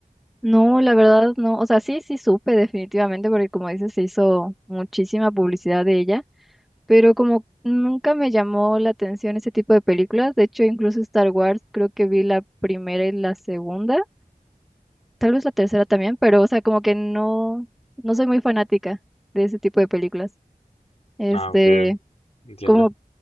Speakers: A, in the centre; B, on the left.
A: No, la verdad no. O sea, sí, sí supe definitivamente porque como dices, se hizo muchísima publicidad de ella, pero como nunca me llamó la atención ese tipo de películas, de hecho incluso Star Wars creo que vi la primera y la segunda, tal vez la tercera también, pero o sea, como que no, no soy muy fanática de ese tipo de películas. Este,
B: Ah, ok, entiendo.
A: como